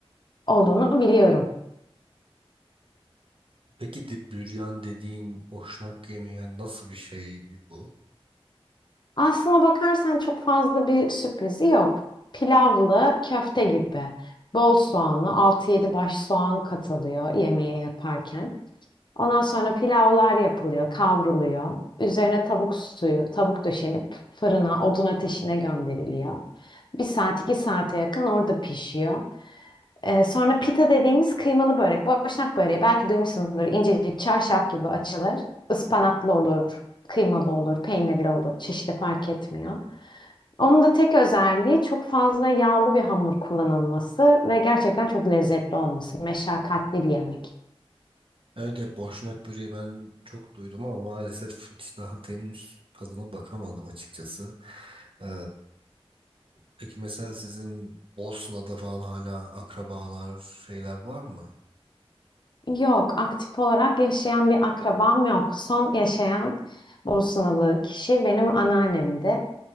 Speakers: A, on the left; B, on the right.
A: olduğunu biliyorum.
B: peki de büryan dediğin boşnak yemeği yani nasıl bir şey bu?
A: Aslına bakarsan çok fazla bir sürprizi yok. Pilavlı köfte gibi. Bol soğanlı, altı yedi baş soğan katılıyor yemeğe yaparken. Ondan sonra pilavlar yapılıyor, kavruluyor. Üzerine tavuk suyu, tavuk döşenip fırına, odun ateşine gönderiliyor. Bir saat iki saate yakın orada pişiyor. Ee, sonra pita dediğimiz kıymalı börek. Boşnak böreği belki duymuşsundur. İncecik çarşaf gibi açılır. Ispanaklı olur, kıymalı olur, peynirli olur. Çeşitli fark etmiyor. Onun da tek özelliği çok fazla yağlı bir hamur kullanılması ve gerçekten çok lezzetli olması. Meşakkatli bir yemek.
B: Evet ya boşnak böreği ben çok duydum ama maalesef hiç daha henüz tadına bakamadım açıkçası. Ee, peki mesela sizin Bosna'da falan hala akrabalar şeyler var mı?
A: Yok, aktif olarak yaşayan bir akrabam yok. Son yaşayan Bosnalı kişi benim anneannemdi.